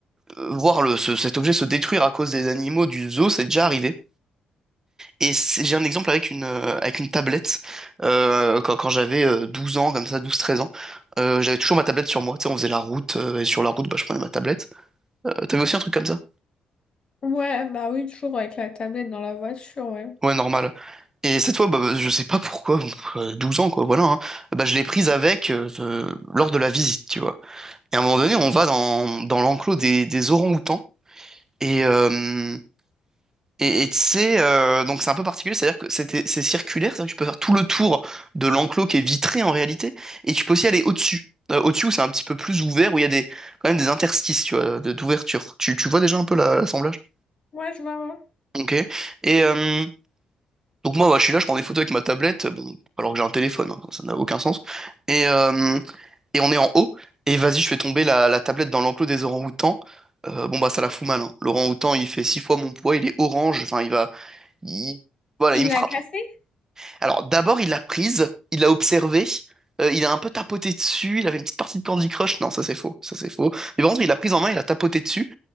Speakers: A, on the right; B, on the left.
A: euh, voir le, ce- cet objet se détruire à cause des animaux du zoo, c'est déjà arrivé. Et c'est- j'ai un exemple avec une, euh, avec une tablette. Euh, quand quand j'avais euh, 12 ans, comme ça, douze treize ans, euh, j'avais toujours ma tablette sur moi. Tu sais, on faisait la route, euh, et sur la route, bah, je prenais ma tablette. Euh, t'avais aussi un truc comme ça?
B: Ouais, bah oui, toujours avec la tablette dans la voiture, ouais.
A: Ouais, normal. Et cette fois, bah, bah, je sais pas pourquoi, <laughs> bon, euh, 12 ans, quoi, voilà, hein, bah, je l'ai prise avec euh, euh, lors de la visite, tu vois. Et à un moment donné, on va dans, dans l'enclos des, des orang-outans. Et, euh, Et, et tu euh, donc c'est un peu particulier, c'est-à-dire que c'était, c'est circulaire, c'est-à-dire que tu peux faire tout le tour de l'enclos qui est vitré en réalité, et tu peux aussi aller au-dessus. Euh, au-dessus où c'est un petit peu plus ouvert, où il y a des, quand même des interstices, tu vois, de- d'ouverture. Tu, tu vois déjà un peu la- l'assemblage?
B: Ouais, je vois. ouais.
A: Ok. Et euh, donc moi, bah, je suis là, je prends des photos avec ma tablette, bon, alors que j'ai un téléphone, hein, ça n'a aucun sens. Et, euh, et on est en haut, et vas-y, je fais tomber la, la tablette dans l'enclos des orang-outans. Euh, bon bah ça la fout mal, hein. L'orang-outan il fait six fois mon poids, il est orange, enfin il va, il- Voilà,
B: Il
A: il me
B: l'a
A: frappe.
B: cassé?
A: Alors, d'abord, il l'a prise, il l'a observée, euh, il a un peu tapoté dessus, il avait une petite partie de Candy Crush. Non, ça c'est faux, ça c'est faux. Mais par contre, il l'a prise en main, il a tapoté dessus,